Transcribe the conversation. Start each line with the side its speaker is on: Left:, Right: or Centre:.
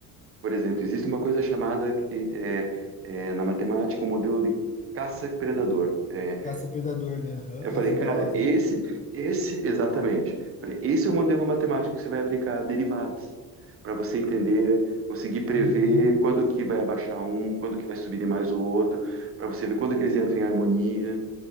Right: Por exemplo, existe uma coisa chamada que, é, é, na matemática, o modelo de caça-predador. É,
Left: Caça-predador, né? Aham.
Right: Eu falei,
Left: As EDOs,
Right: cara, esse,
Left: né?
Right: esse, exatamente. Falei, esse é o modelo matemático que você vai aplicar a derivadas, para você entender, conseguir prever
Left: Uhum.
Right: quando que vai abaixar um, quando que vai subir mais o outro, para você ver quando que eles entram em harmonia.